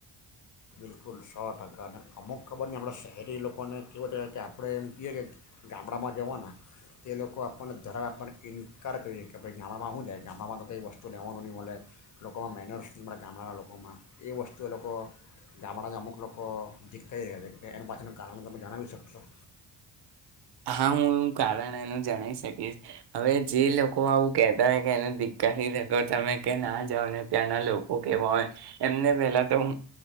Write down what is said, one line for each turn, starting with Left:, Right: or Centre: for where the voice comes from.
Left: બિલકુલ સો ટકાના અમુક ખબર નહી આપણાં શહેરી લોકોને કેવો કહે કે આપણે એમ કહીએ કે ગામડામાં જવાના એ લોકો આપણને ધરાવ આપને ઇન્કાર કરે કે ભાઈ ગામડામાં શું જાય ગામડામાં તો કંઈ વસ્તુ લેવાનું નહીં મળે લોકોમાં મહેનત ન મળે ગામડાના લોકોમાં એ વસ્તુ એ લોકો ગામડામાં અમુક લોકો જીકતાઈ રહ્યા છે એની પાછળનું કારણ તમે જણાવી શકશો.
Right: હા હું એ કારણ એનું જણાય શકીશ હવે જે લોકો આવું કેહેતા હોય કે એને દીકથી જગ તમે કે ના જાઓ ને ત્યાંના લોકો કેવા હોય એમને પેલા તો હું